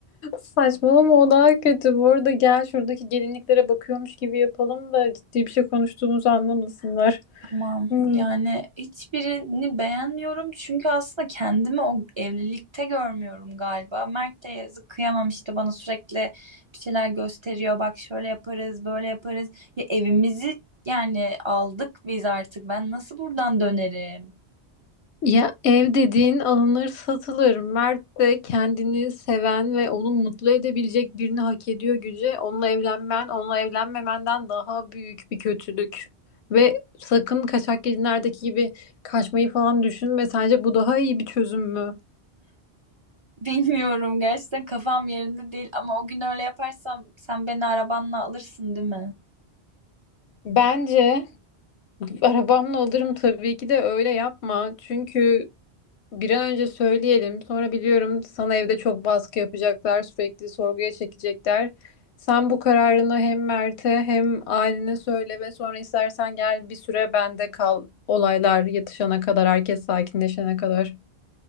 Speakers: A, on the left (about 80°); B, on the right (about 40°).
A: Saçmalama o daha kötü. Bu arada gel şuradaki gelinliklere bakıyormuş gibi yapalım da ciddi bir şey konuştuğumuzu anlamasınlar.
B: Tamam.
A: Hmm.
B: Yani hiçbirini beğenmiyorum çünkü aslında kendimi o evlilikte görmüyorum galiba. Mert de yazık kıyamam işte bana sürekli bir şeyler gösteriyor. Bak şöyle yaparız, böyle yaparız. Ya evimizi yani aldık biz artık. Ben nasıl buradan dönerim? <laughs>
A: Ya ev dediğin alınır satılır. Mert de kendini seven ve onu mutlu edebilecek birini hak ediyor Güce. Onunla evlenmen, onunla evlenmemenden daha büyük bir kötülük. Ve sakın kaçak gelinlerdeki gibi kaçmayı falan düşünme. Sence bu daha iyi bir çözüm mü?
B: Bilmiyorum gerçekten kafam yerinde değil ama o gün öyle yaparsam sen beni arabanla alırsın değil mi?
A: Bence arabamla alırım tabii ki de öyle yapma. Çünkü bir an önce söyleyelim. Sonra biliyorum sana evde çok baskı yapacaklar, sürekli sorguya çekecekler. Sen bu kararını hem Mert'e hem ailene söyle ve sonra istersen gel bir süre bende kal. Olaylar yatışana kadar, herkes sakinleşene kadar.